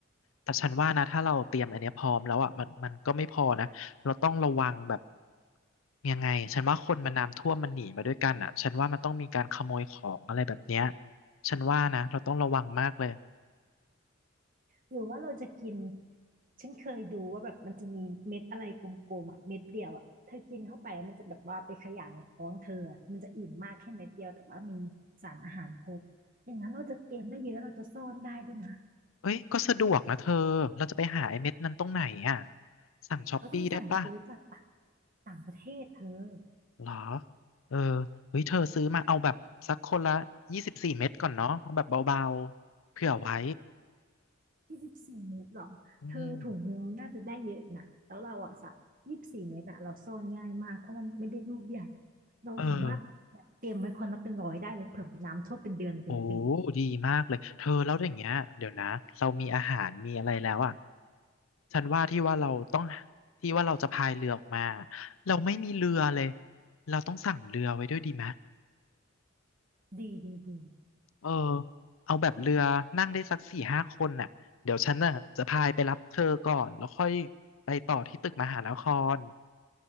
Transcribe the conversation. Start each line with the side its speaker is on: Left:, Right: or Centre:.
Left: แต่ฉันว่านะถ้าเราเตรียมอันเนี้ยพร้อมแล้วอ่ะมันมันก็ไม่พอนะเราต้องระวังแบบยังไงฉันว่าคนมันน้ำท่วมมันหนีมาด้วยกันอ่ะฉันว่ามันต้องมีการขโมยของอะไรแบบเนี้ยฉันว่านะเราต้องระวังมากเลย
Right: หรือว่าเราจะกิน ฉันเคยดูว่าแบบมันจะมีเม็ดอะไรกลมๆอ่ะเม็ดเดียวอ่ะเธอกินเข้าไปแล้วมันจะแบบว่าไปขยายในท้องเธออะมันจะอิ่มมากแค่เม็ดเดียวแต่ว่ามีสารอาหารครบอย่างนั้นเราจะเตรียมได้เยอะเราจะซ่อนได้ด้วยนะ
Left: เอ้ยก็สะดวกนะเธอเราจะไปหาไอ้เม็ดนั้นตรงไหนอ่ะสั่งช้อปปี้ได้ปะ
Right: เราต้องสั่งซื้อจากต่างต่างประเทศเธอ
Left: เหรอเออเฮ้ยเธอซื้อมาเอาแบบสักคนละยี่สิบสี่เม็ดก่อนเนาะเอาแบบเบาๆเผื่อไว้
Right: ยี่สิบสี่เม็ดหรอเธอถุงนึงน่าจะได้เยอะอีกนะแล้วเราอ่ะสักยี่สิบสี่เม็ดอ่ะเราซ่อนง่ายมากเพราะมันไม่ได้ลูกใหญ่
Left: อืม
Right: เราสามารถแบบเตรียมไว้คนละเป็นร้อยได้เลยเผื่อน้ำท่วมเป็นเดือนหรือเป็นปี
Left: เออ โอ้ดีมากเลยเธอแล้วอย่างเงี้ยเดี๋ยวนะเรามีอาหารมีอะไรแล้วอ่ะฉันว่าที่ว่าเราต้องที่ว่าเราจะพายเรือออกมาเราไม่มีเรือเลยเราต้องสั่งเรือไว้ด้วยดีไหม
Right: ดีดีดี
Left: เออเอาแบบเรือนั่งได้สักสี่ห้าคนน่ะเดี๋ยวฉันน่ะจะพายไปรับเธอก่อนแล้วค่อยไปต่อที่ตึกมหานคร